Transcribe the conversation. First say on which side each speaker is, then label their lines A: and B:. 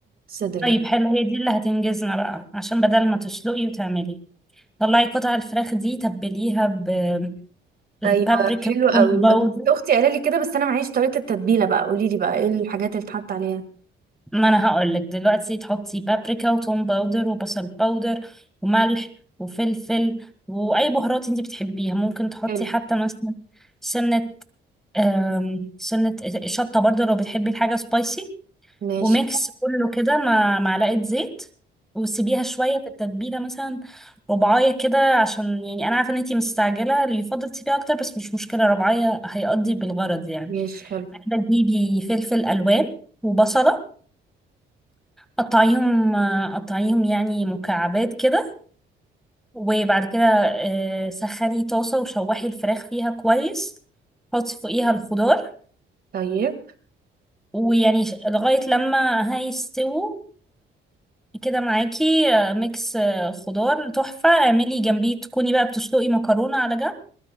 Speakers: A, on the right; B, in the centre.
A: صدر
B: طيب
A: يعني.
B: حلو هي دي اللي هتنجزنا بقى عشان بدل ما تسلقي وتعملي طلعي قطع الفراخ دي تبليها ب- ببابريكا
A: ايوه حلو قوي
B: كومباود
A: اختي قالت لي كده بس انا معيش طريقه التتبيله بقى قولي لي بقى ايه الحاجات اللي اتحط عليها
B: ما انا هقول لك دلوقتي تحطي بابريكا وتوم باودر وبصل باودر وملح وفلفل واي بهارات انت بتحبيها ممكن تحطي
A: حلو
B: حتى مثلا سنة آم، سنة شطة برضه لو بتحبي الحاجة سبايسي
A: ماشي
B: وميكس كله كده مع معلقة زيت وسيبيها شوية في التتبيلة مثلا ربعاية كده عشان يعني أنا عارفة إن أنتي مستعجلة اللي يفضل تسيبيها أكتر بس مش مشكلة ربعاية هيقضي بالغرض يعني
A: ماشي حلو
B: بعد كده تجيبي فلفل ألوان وبصلة قطعيهم قطعيهم يعني مكعبات كده وبعد كده آه، سخني طاسة وشوحي الفراخ فيها كويس حطي فوقيها الخضار
A: طيب
B: ويعني ش- لغاية لما هيستووا كده معاكي آه، ميكس آه، خضار تحفة اعملي جنبيه تكوني بقى بتسلقي مكرونة على جنب